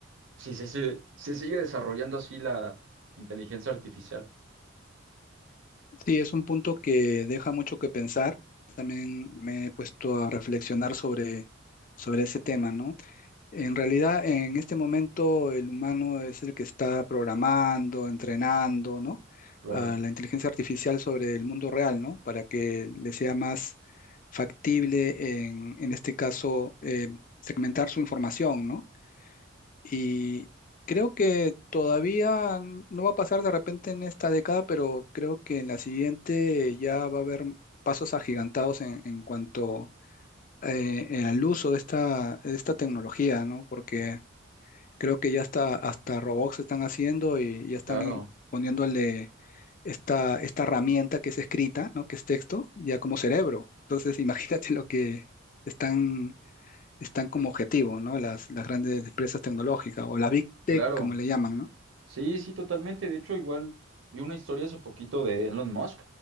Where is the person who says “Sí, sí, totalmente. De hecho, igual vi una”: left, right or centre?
Right